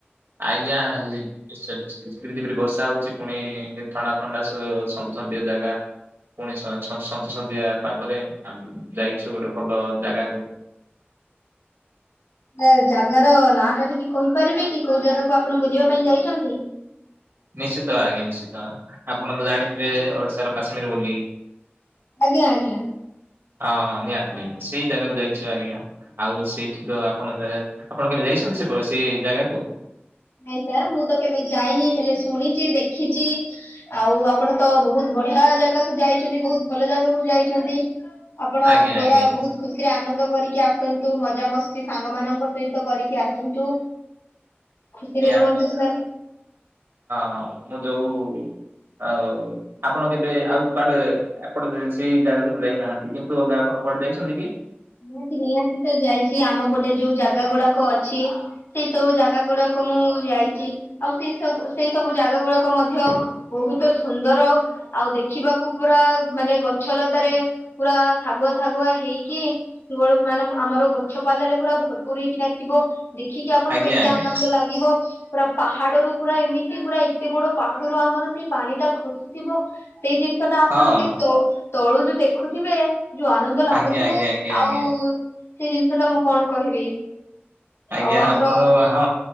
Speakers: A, on the right; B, on the left.
A: ଆଜ୍ଞା ଲିଟ୍ ସେଜ୍ ଝିପିରି ଝିପିରି ବର୍ଷା ହଉଚି ପୁଣି ଥଣ୍ଡା ଥଣ୍ଡା ସ ଅ ସନ୍ଦୁ ସନ୍ଦିଆ ଜାଗା। ପୁଣି ସ ଛନ୍ ସନ୍ତ ସନ୍ତିଆ ପାଗରେ ଆମ୍ ଯାଇଛୁ ଗୋଟେ ଭଲ ଜାଗାକୁ।
B: ଆ ଜାଗାର ନାଁ ଟା ଟିକେ କହିପାରିବେ କି କୋଉ ଜାଗାକୁ ଆପଣ ବୁଲିବା ପାଇଁ ଯାଇଚନ୍ତି?
A: ନିଶ୍ଚିତ ଆଜ୍ଞା ନିଶ୍ଚିତ ଆପଣ ତ ଜାଣିଥିବେ ଓଡିଶାର କାଶ୍ମୀର ବୋଲି।
B: ଆଜ୍ଞା ଆଜ୍ଞା।
A: ହଁ ହଁ ନିହାତି ନିହାତି ସେଇ ଜାଗାକୁ ଯାଇଛୁ ଆଜ୍ଞା, ଆଉ ସେଇଠି ତ ଆପଣ ଜାଗା ଆପଣ କେବେ ଯାଇ <unintelligible> ସେଇ ଜାଗାକୁ
B: ନାଇଁ ସାର୍ ମୁଁ ତ କେବେ ଯାଇନି ହେଲେ ଶୁଣିଚଗ ଦେଖିଚି ଆଉ ଆପଣ ତ ବହୁତ୍ ବଢିଆ ଜାଗାକୁ ଯାଇଚନ୍ତି ବହୁତ ଭଲ ଜାଗାକୁ ଯାଇଛନ୍ତି। ଆପଣ
A: ଆଜ୍ଞା
B: ପୁରା
A: ଆଜ୍ଞା
B: ବହୁତ ଖୁସିରେ ଆନନ୍ଦ। କରିକି ଆସନ୍ତୁ ମଜାମସ୍ତି ସାଙ୍ଗ ମାନଙ୍କ ସହିତ କରିକି ଆସନ୍ତୁ। ଖୁସିରେ
A: ନିହାତି
B: ରୁହନ୍ତୁ
A: ଆଜ୍ଞା
B: ସାର୍।
A: ହଁ ହଁ ମୁଁ ଯୋଉ ଆଉ ଆପଣ କେବେ ଆଉ କୁଆଡେ ଏପଟ ଦେ ସେଇ ଜାଗାକୁ ତ ଯାଇନାହାନ୍ତି କିନ୍ତୁ ଅଲଗା ଆପଣ ଙ୍କୁ ଆପଣ ଯାଇଛନ୍ତି କି?
B: ନିହାତି ନିହାତି ସାର୍ ଯାଇଛି ଆମ ପଟେ ଯୋଉ ଜାଗା ଗୁଡାକ ଅଛି ସେଇ ସବୁ ଜାଗା ଗୁଡାକ ତ ମୁଁ ଯାଇଚି ଆଉ ସେଇ ସବୁ ସେଇ ସବୁ ଜାଗା ଗୁଡାକ ମଧ୍ୟ ବହୁତ ସୁନ୍ଦର। ଆଉ ଦେଖିବାକୁ ପୁରା ମାନେ ଗଛ ଲତାରେ ପୁରା ଶାଗୁଆ ଫାଗୁଆ ହେଇକି ଗୋଳୁମ୍ ମାନମ୍ ଆମର ଗଛ ପାଲ ରେ ପୁରା ଭରପୁର ହେଇକିନା ଥିବ। ଦେଖିକି ଆପଣଙ୍କୁ
A: ଆଜ୍ଞା
B: ଏତେ
A: ଆଜ୍ଞା
B: ଆନନ୍ଦ ଲାଗିବ। ପୁରା ପାହାଡରୁୁ ପୁରା ଏମିତି ପୁରା ଏତେ ବଡ ପାହାଡରୁୁ ଆମର ସେଇ ପାଣି ଟା ଖସୁଥିବ। ସେଇ ଜିନିଷ ଟା ଆପଣ
A: ହଁ
B: ସେଇ ତଉ ତଳୁ ଯୋଉ ଦେଖୁଥିବେ ଯୋଉ ଆନନ୍ଦ ଲାଗୁଥିବ।
A: ଆଜ୍ଞା ଆଜ୍ଞା ଆଜ୍ଞା
B: ଆଉ
A: ଆଜ୍ଞା।
B: ସେଇ ଜିନିଷ ଟା ମୁଁ କଣ କହିବି?
A: ଆଜ୍ଞା
B: ଆଉ ଆମର
A: ଆପଣଙ୍କ ବା ହଁ